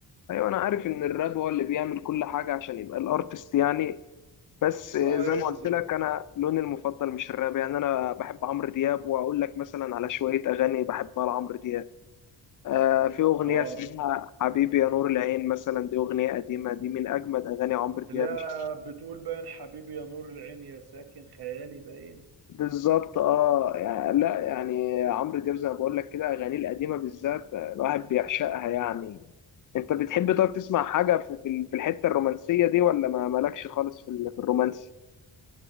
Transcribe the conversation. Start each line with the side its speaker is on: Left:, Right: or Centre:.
Left: ايوه انا عارف ان الراب هو اللي بيعمل كل حاجة عشان يبقى الارتست يعني بس زي
Right: اه ايوه
Left: ما
Right: بالظبط
Left: قلت لك انا لوني المفضل مش الراب يعني انا بحب عمرو دياب واقول لك مثلا على شوية اغاني بحبها لعمرو دياب آه، في أغنية
Right: اه
Left: اسمها حبيبي يا نور العين مثلا دي أغنية قديمة دي من أجمد أغاني عمرو
Right: لا
Left: دياب مش عارف
Right: بتقول باين حبيبي يا نور العين يا ساكن خيالي باين
Left: بالظبط اه يعني لا يعني عمرو دياب زي ما بقول لك كده أغانيه القديمة بالذات آه، الواحد بيعشقها يعني أنت بتحب طب تسمع حاجة في في ال- في الحتة الرومانسية دي ولا ما مالكش خالص في ال- في الرومانسي؟